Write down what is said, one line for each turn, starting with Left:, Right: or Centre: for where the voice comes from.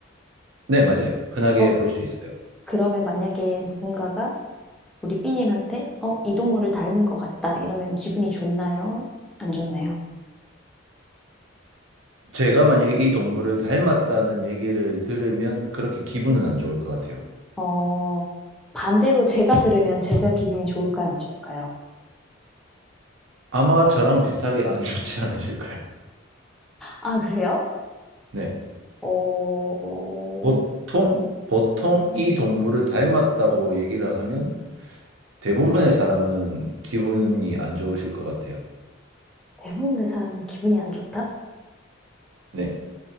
Right: 네, 맞아요. 흔하게
Centre: 어,
Right: 볼 수 있어요.
Centre: 그러면 만약에 누군가가 우리 삐님한테 어, 이 동물을 닮은 것 같다 이러면 기분이 좋나요? 안 좋나요?
Right: 제가 만약에 이 동물을 닮았다는 얘기를 들으면 그렇게 기분은 안 좋을 것 같아요.
Centre: 어, 반대로 제가 들으면 제가 기분이 좋을까요? 안 좋을까요?
Right: 아마 저랑 비슷하게 안 좋지 않으실까요?
Centre: 아, 그래요?
Right: 네.
Centre: 어, 어,
Right: 보통, 보통 이 동물을 닮았다고 얘기를 하면 대부분의 사람은 기분이 안 좋으실 것 같아요.
Centre: 대부분의 사람은 기분이 안 좋다?
Right: 네,